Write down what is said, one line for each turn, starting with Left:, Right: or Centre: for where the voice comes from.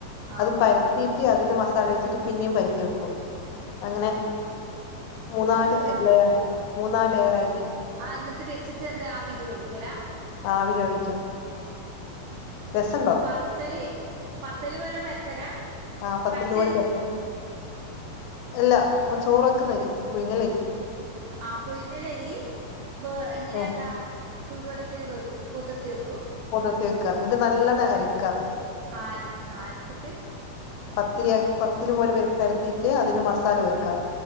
Right: ആഹ്
Left: അത് പരത്തിറ്റ് അതില് മസാല വെച്ചിട്ട് പിന്നിം പര്ത്തി വെക്കു അങ്ങനെ. മൂന്നാല്
Right: അതെങ്ങനാ
Left: ലയർ മൂന്നാല് ലയറായിട്ട്
Right: ആ എന്നിട്ട് വെച്ചിട്ട് എന്താ ആവീല് വേവിക്കലാ
Left: ആവി ചെവിക്കുവ രസം ഉണ്ടാേ
Right: പത്തെലി പത്തല് പോലെ പരത്തലാ
Left: ആ പത്തൽ
Right: പച്ചരി
Left: പോലെ പരത്തണം അല്ല നമ്മ ചോറ് വെക്കുന്ന അരി പുങ്ങലരി
Right: ആ പുയങ്ങലരി വ എങ്ങനെയാക്കാ
Left: ഏഹ്
Right: ചൂടുവെള്ളത്തിൽ വേവിക്കു പൊതിർത്തി വെക്കും
Left: കുതിർത്തി വെക്ക എന്നിട്ട് നല്ലണ അരിക്ക
Right: ആ ആര അരച്ചിട്ട്
Left: പത്തിരിയാക്കി പത്തിരി പോലെ പരത്തിയിട്ട് അതില് മസാല വെക്കാം